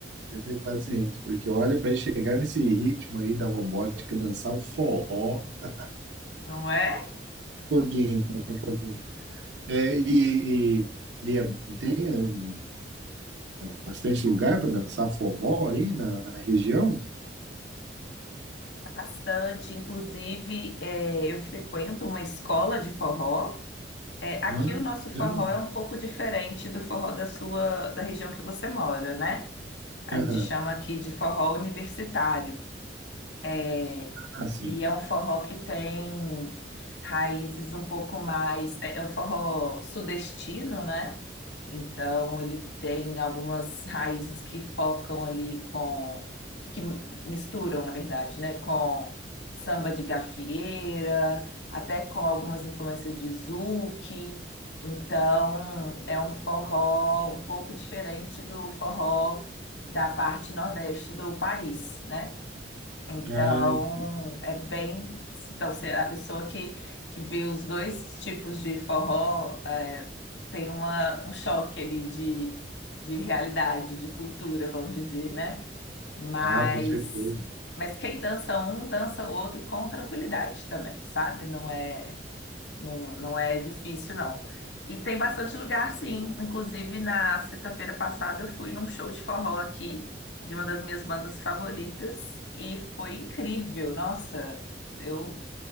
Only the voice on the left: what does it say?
não é?
Bastante. Inclusive, é, eu frequento uma escola de forró. É, aqui
o nosso
forró é um pouco diferente do forró da sua, da região que você mora, né? A
gente chama aqui de forró universitário. É,
e é um forró que tem raízes um pouco mais. É, é um forró sudestino, né? Então ele tem algumas raízes que focam ali com. que misturam, na verdade, né? Com samba de gafieira, até com algumas influências de zouk. Então é um forró um pouco diferente do forró da parte nordeste do país, né? Então,
é bem. Então, se a pessoa que, que vê os dois tipos de forró é, tem uma, um choque ali de, de realidade, de cultura, vamos dizer, né? Mas,
mas quem dança um, dança o outro com tranquilidade também, sabe? Não é. Não, não é difícil, não. E tem bastante lugar, sim. Inclusive, na sexta-feira passada, eu fui num show de forró aqui, de uma das minhas bandas favoritas, e foi incrível. Nossa, eu